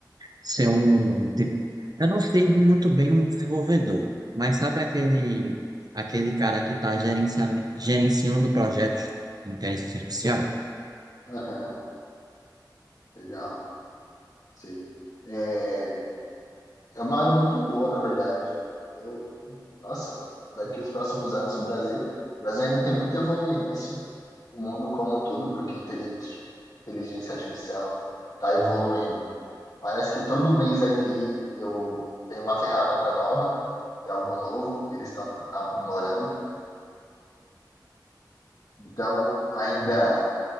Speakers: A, on the right (about 60°); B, on the left (about 55°).
A: ser um. de- Eu não sei muito bem um desenvolvedor, mas sabe aquele, aquele cara que está gerenciando projetos de inteligência artificial?
B: aham, legal, sei. É, é uma área muito boa, na verdade. Eu, nossa, daqui os próximos anos o Brasil, o Brasil ainda tem muito a evoluir nisso, o mundo como um todo, porque a inteligência, a inteligência artificial está evoluindo. Parece que todo mês aqui eu tenho uma ferramenta nova, tem algo novo, eles estão aprimorando. Então, ainda